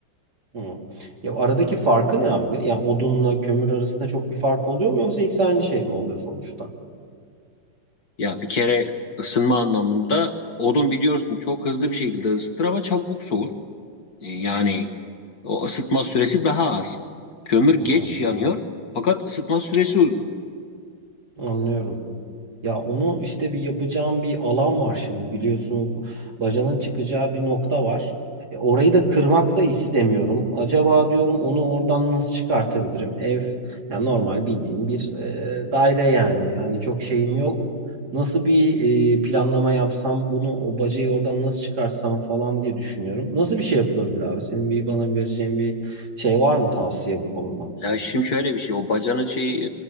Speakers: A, on the right; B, on the left.
A: Hmm. Ya aradaki farkı ne abi? Yani odunla kömür arasında çok bir fark oluyor mu yoksa ikisi aynı şey mi oluyor sonuçta?
B: Ya bir kere ısınma anlamında odun biliyorsun çok hızlı bir şekilde ısıtır ama çabuk soğur. E, Yani o ısıtma süresi daha az. Kömür
A: Hı
B: geç
A: hı.
B: yanıyor fakat ısıtma süresi uzun.
A: Anlıyorum. Ya onu işte bir yapacağım bir alan var şimdi biliyorsun bacanın çıkacağı bir nokta var. E, orayı da kırmak da istemiyorum. Acaba diyorum onu oradan nasıl çıkartabilirim? Ev yani normal bildiğim bir e, daire yani. Hani çok şeyim yok. Nasıl bir e, planlama yapsam bunu o bacayı oradan nasıl çıkartsam falan diye düşünüyorum. Nasıl bir şey yapılabilir abi? Senin bir bana bir vereceğin bir şey var mı tavsiye bu konuda?
B: Ya şimdi şöyle bir şey o bacanın şeyi